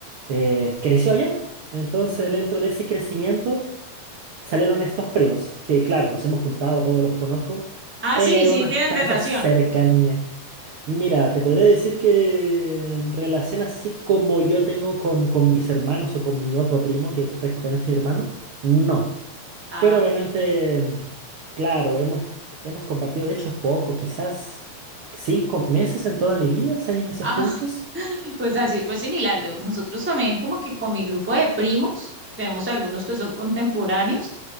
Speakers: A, on the right (about 80°); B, in the centre.
A: eh, creció allá. Entonces,
B: Mm.
A: dentro de ese crecimiento salieron estos primos, que claro, nos hemos juntado, todos los conozco,
B: Ah,
A: pero
B: sí, sí,
A: no está
B: tienen relación.
A: esa cercanía. Mira, te podría decir que relación así como yo tengo con, con mis hermanos o con mi otro primo, que prácticamente es mi hermano, no.
B: Ah,
A: Pero obviamente,
B: ok.
A: claro, hemos, hemos compartido, de hecho, poco, quizás cinco meses en toda mi vida, seis meses
B: Ah,
A: juntos.
B: <laughs> pues así fue similar. Yo- Nosotros también como que con mi grupo de primos, tenemos algunos que son contemporáneos,